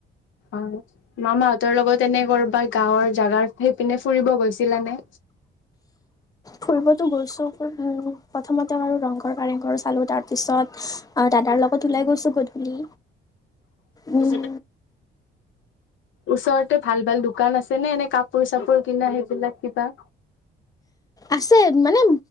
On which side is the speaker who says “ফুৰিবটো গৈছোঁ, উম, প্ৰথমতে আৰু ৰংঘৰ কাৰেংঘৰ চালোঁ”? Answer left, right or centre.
Left